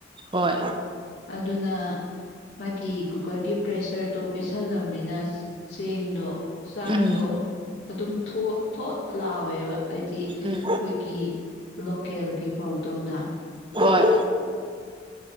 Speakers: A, on the right; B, on the left.
A: ꯍꯣꯏ
B: ꯑꯗꯨꯅ ꯃꯥꯒꯤ ꯀꯨꯀꯔꯒꯤ ꯄ꯭ꯔꯦꯁꯔꯗꯣ ꯄꯤꯁꯜꯂꯕꯅꯤꯅ ꯆꯦꯡꯗꯣ ꯆꯥꯛꯇꯣ
A: ꯎꯝ
B: ꯑꯗꯨꯝ ꯊꯣꯛꯣ ꯊꯣꯠ ꯂꯥꯎꯋꯦꯕ ꯍꯥꯏꯗꯤ ꯑꯩꯈꯣꯏꯒꯤ
A: ꯎꯝ
B: ꯂꯣꯀꯦꯜꯒꯤ ꯐꯥꯎ ꯀꯧꯅ
A: ꯍꯣꯏ